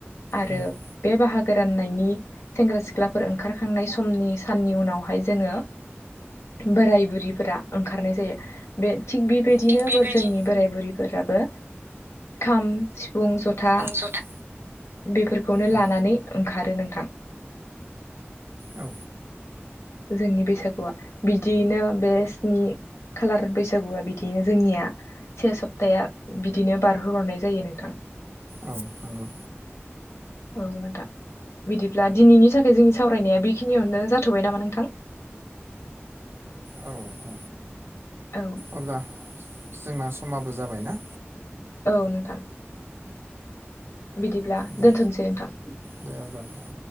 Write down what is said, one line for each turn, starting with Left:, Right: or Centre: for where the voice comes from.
Left: आरो
Right: नंगौ
Left: बे बाहागो रान नायनि सेंग्रा सिख्लाफोर ओंखारखांनाय समनि साननि उनावहाय जोङो बोराय बुरिफोरा ओंखारनाय जायो बे थिग बेबायदिनो
Right: थिग बेबायदि
Left: जोंनि बोराय बुरै फोराबो खाम सिफुं जथा
Right: जथा
Left: बेफोरखौनो
Right: औ
Left: लानानै ओंखार खारो नोंथां
Right: औ
Left: जोंनि बैसागुआ बिदियैनो बे स्नि खाालार बैसागुआ बिदिनो जोंनिया से सप्ता बिदिनो बारहोहरनाय जायो नोंथां
Right: औ नंगौ
Left: औ नोंथां। बिदिब्ला दिनैनि थाखाय जोंनि सावरायनाया बेखिनियावनो जाथ'बाय नामा नोंथां। <unintelligible>
Right: औ औ
Left: औ
Right: अब्ला जोंना समाबो जाबायना।
Left: औ नोंथां बिदिब्ला
Right: दे
Left: दोनथ'सै नोंथां।
Right: दे अब्लालाय औ